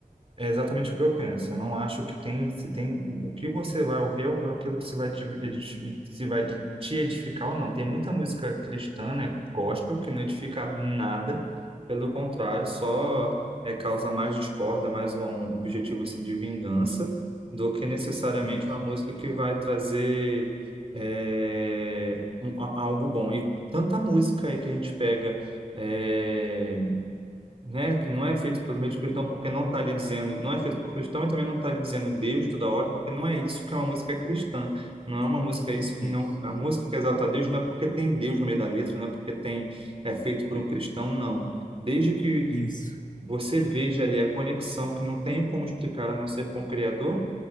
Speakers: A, on the right; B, on the left.
A: é exatamente o que eu penso. Eu não acho que tem, se tem o, o que você vai ouvir é o- é aquilo que se vai te, edi- se vai de- te edificar ou não. Tem muita música cristã, né, gospel, que não edifica nada, pelo contrário, só é, causa mais discórdia, mais um, um objetivo assim de vingança, do que necessariamente
B: Isso,
A: uma música que vai trazer é, um- a- algo bom. E tanta música aí que a gente pega é, né, que não é feito pelo meio de cristão porque não está lhe dizendo, não é feito por cristão e também não está lhe dizendo Deus toda hora, porque não é isso que é uma música cristã. Não é uma música isso, não,
B: isso,
A: a música que exalta a Deus não é porque tem Deus no meio da letra, não é porque tem é feito por um cristão, não. Desde que
B: isso,
A: você veja ali a conexão que não tem como explicar a não ser com o Criador,